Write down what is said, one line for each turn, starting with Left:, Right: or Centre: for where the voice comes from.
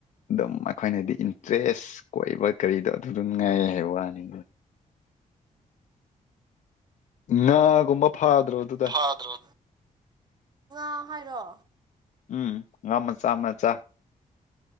Left: ꯑꯗꯨꯝ ꯑꯩꯈꯣꯏꯅꯗꯤ ꯏꯟꯇꯔꯦꯁ ꯀꯣꯏꯕ ꯀꯔꯤꯗꯣ ꯑꯗꯨ ꯑꯗꯨꯝ ꯉꯥꯏ ꯍꯥꯏꯕ ꯋꯥꯅꯤ ꯉꯥꯒꯨꯝꯕ ꯐꯥꯗ꯭ꯔꯣ ꯑꯗꯨꯗ
Right: ꯐꯥꯗ꯭ꯔꯣ ꯉꯥ ꯍꯥꯏꯔꯣ
Left: ꯎꯝ ꯉꯥ ꯃꯆꯥ ꯃꯆꯥ